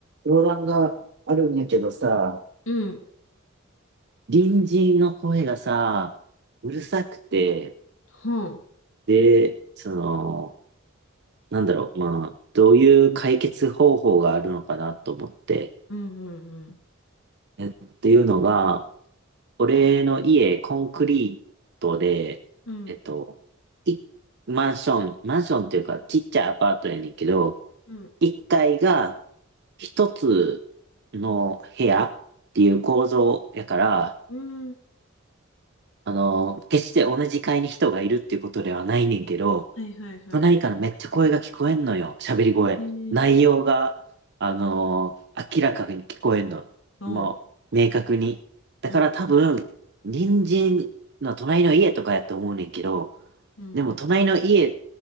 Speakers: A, on the right (about 55°); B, on the left (about 65°).
A: 相談があるんやけどさ、
B: うん。
A: 隣人の声がさ、うるさくて、
B: は
A: で、その、なんだろう、まあ、どういう解決方法があるのかなと思って。
B: うんうん
A: っていうのが、俺の家、コンクリートで、
B: うん。うん。
A: えっと、い、マンション、マンションっていうか、ちっちゃいアパートやねんけど、
B: うん。
A: 1階が一つの部屋っていう構造やから、
B: うん。
A: あの、決して同じ階に人がいるっていうことではないねんけど、
B: はいはいはい。
A: 隣からめっちゃ声が聞こえんのよ。喋り声。
B: ええ
A: 内容が、あのー明らかに聞こえんの。
B: うん。
A: もう、明確に。だから多分、
B: うん。
A: 隣人の隣の家とかやと思うねんけど、
B: うん。うん
A: でも隣の家